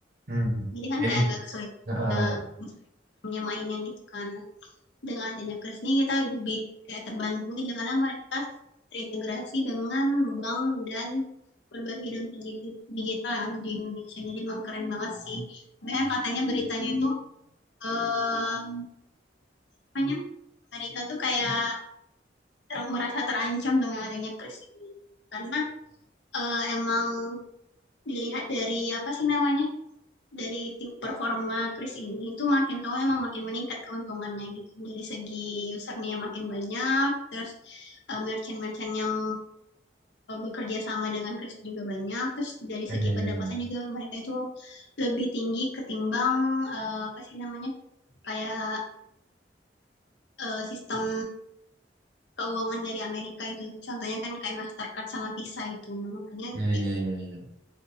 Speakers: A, on the right; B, on the left.
A: hmm,
B: Jadi kan
A: jadi,
B: kayak agak kesulitan
A: ah, ah,
B: eh, menyamainnya gitu kan. dengan adanya Kris ini kita lebih kayak terbantu aja karena mereka terintegrasi dengan bank dan berbagai dompet digital yang ada di Indonesia. Jadi emang keren banget sih. Bahkan katanya beritanya itu eh namanya Amerika tuh kayak ter- merasa terancam dengan adanya Kris ini. Karena eh, emang dilihat dari apa sih namanya? dari tim performa Chris ini tuh makin tahu emang makin meningkat keuntungannya gitu. Dari segi usernya makin banyak, terus eh, merchant-merchant yang eh, bekerja sama dengan Chris juga banyak, terus dari
A: ah.
B: segi pendapatan juga mereka itu lebih tinggi ketimbang eh, apa sih namanya? kayak eh, sistem keuangan dari Amerika itu. Contohnya kan kayak Mastercard sama Visa itu. Nah, makanya
A: iya,
B: kayak-
A: iya, iya, hmm, iya, iya, iya, iya, iya, iya, iya.